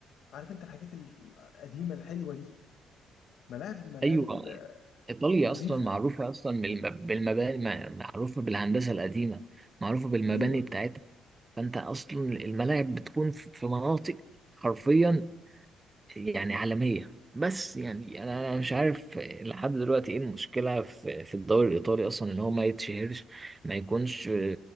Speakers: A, on the left (about 75°); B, on the right (about 25°).
A: عارف أنت الحاجات ال- القديمة الحلوة دي ملاعب ملاعب
B: ايوه
A: آه،
B: ايطاليا
A: نظيفة
B: اصلا معروفه اصلا بالم- بالمباني مع- معروفه بالهندسه القديمه معروفه بالمباني
A: أيوه
B: بتاعتها فانت اصلا الملاعب بتكون في في مناطق حرفيا يعني عالمية بس يعني أنا أنا مش عارف لحد دلوقتي إيه المشكلة في في الدوري الإيطالي أصلا إن هو ما يتشهرش ما يكونش آه،